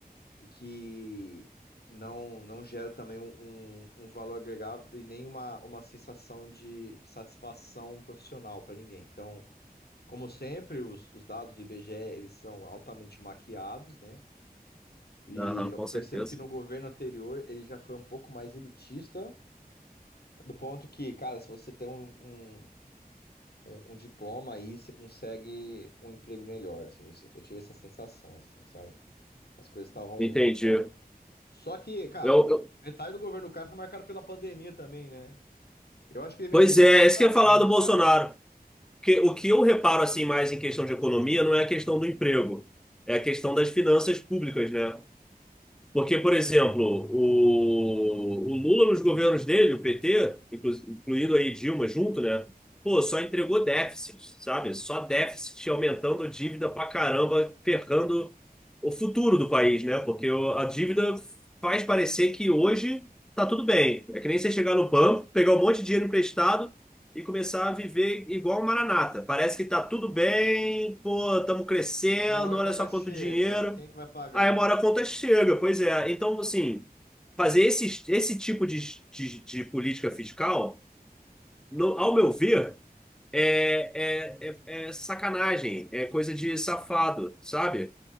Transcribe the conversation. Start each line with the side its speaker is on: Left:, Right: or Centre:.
Left: e que não, não gera também um, um, um valor agregado e nem uma, uma sensação de satisfação profissional para ninguém. Então, como sempre, os, os dados do IBGE eles são altamente maquiados, né? E
Centre: Aham,
Left: eu
Centre: com
Left: eu
Centre: certeza.
Left: percebo que no governo anterior ele já foi um pouco mais elitista, do ponto que, cara, se você tem um, um, um- um diploma aí, você consegue um emprego melhor, assim, eu, se- eu tive essa sensação, assim, sabe? As coisas estavam.
Centre: Entendi.
Left: estavam- Só que, cara,
Centre: Eu, eu-
Left: metade do governo do Castro foi marcado pela pandemia também, né? Eu acho que ele merecia
Centre: pois é,
Left: uma segunda
Centre: é isso que eu ia
Left: chance,
Centre: falar do Bolsonaro.
Left: cara.
Centre: Que, o que eu reparo assim mais em questão de economia não é a questão do emprego, é a questão das finanças públicas, né? Porque, por exemplo, o, o Lula nos governos dele, o PT, inclu- incluindo aí Dilma junto, né? Pô, só entregou déficit, sabe? Só déficit aumentando a dívida pra caramba, ferrando o futuro do país, né? Porque o- a dívida faz parecer que hoje tá tudo bem. É que nem você chegar no banco, pegar um monte de dinheiro emprestado e começar a viver igual um maranata. Parece que tá tudo bem, pô, estamos crescendo,
Left: Uma hora
Centre: olha
Left: quando
Centre: só
Left: ela
Centre: quanto
Left: chega,
Centre: dinheiro.
Left: quem é que vai pagar?
Centre: Aí uma hora a conta chega, pois é. Então, assim, fazer esse, esse tipo de, de, de política fiscal, no- ao meu ver, é, é, é, é sacanagem, é coisa de safado, sabe?